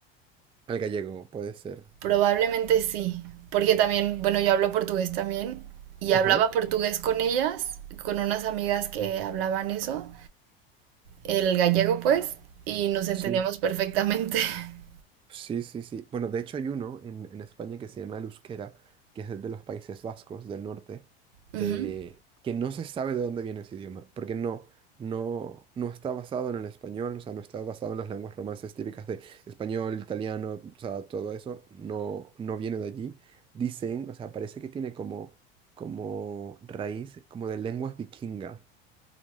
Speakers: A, on the right (about 20°); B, on the right (about 70°).
A: Al gallego, puede ser.
B: Probablemente sí, porque también, bueno, yo hablo portugués también y
A: Ajá,
B: hablaba portugués con ellas, con unas amigas que hablaban eso, el gallego pues, y nos entendíamos
A: sí.
B: perfectamente. <laughs>
A: Sí, sí, sí. Bueno, de hecho hay uno en, en España que se llama el euskera, que es de los Países Vascos del norte,
B: Ujú.
A: eh, que no se sabe de dónde viene ese idioma, porque no, no, no está basado en el español, o sea, no está basado en las lenguas romances típicas de español, italiano, o sea, todo eso, no, no viene de allí. Dicen, o sea, parece que tiene como, como raíz, como de lenguas vikingas,